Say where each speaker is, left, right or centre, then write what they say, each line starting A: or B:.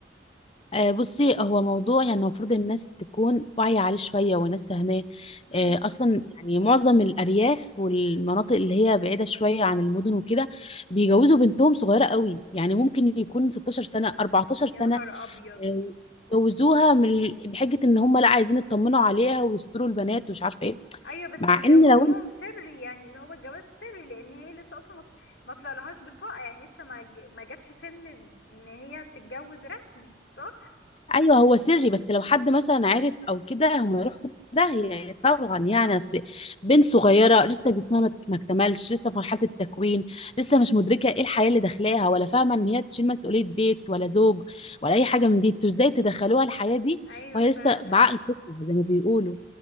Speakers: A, on the left; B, on the left.
A: آه، بصي هو موضوع يعني المفروض الناس تكون واعية عليه شوية والناس فاهماه
B: امم
A: آه، أصلا يعني معظم الأرياف والمناطق اللي هي بعيدة شوية عن المدن وكده بيجوزوا بنتهم صغيرة قوي يعني ممكن يكون 16 سنة 14
B: يا
A: سنة
B: نهار ابيض
A: آه، جوزوها من بحجة إن هم لا عايزين يطمنوا عليها ويستروا البنات ومش عارفة إيه
B: ايوه بس
A: مع
B: بيجوزوهم
A: إن لو
B: سري يعني اللي هو الجواز سري لان هي لسه اصلا ما ما طلعلهاش بطاقه يعني لسه ما ج- ما جاتش سن ان هي تتجوز رسمي صح
A: ايوه هو سري بس لو حد مثلا عرف او كده هم يروحوا في داهيه طبعا يعني اصل بنت صغيره لسه جسمها ما ما اكتملش لسه في مرحله التكوين لسه مش مدركه ايه الحياه اللي داخلاها ولا فاهمه ان هي تشيل مسؤوليه بيت ولا زوج ولا اي حاجه من دي انتوا ازاي تدخلوها الحياه دي
B: ايوه
A: وهي
B: فعلا
A: لسه بعقل طفل زي ما بيقولوا